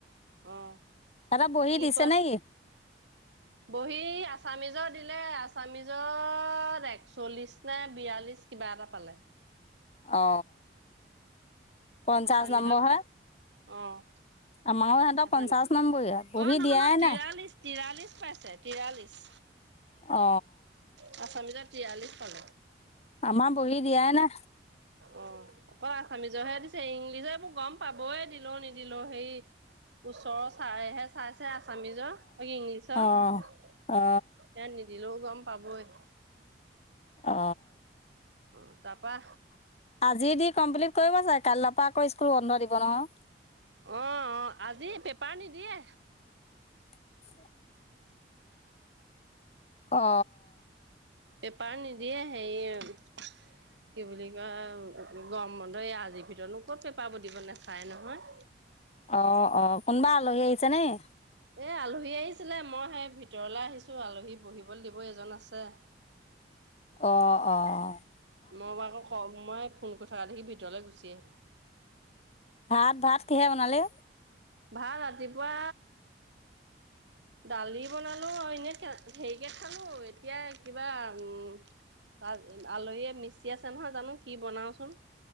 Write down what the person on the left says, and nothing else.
এটা বহি
দিছে
নে কি
অ পঞ্চাশ
নম্বৰ হে
আমাৰো সিহতক
পঞ্চাশ নম্বৰীয়া বহী
দিয়াই
নাই
অ
আমাৰ বহি দিয়াই না
অ অ
অ
আজি দি কমপ্লিট কৰিব চাগে কালৈৰ পৰা আকৌ স্কুল বন্ধ দিব নহয়
<inaudible> অ
অ অ কোনবা আলহী আহিছে নেকি
অঁ অঁ
ভাত ভাত কিহেৰে বনালি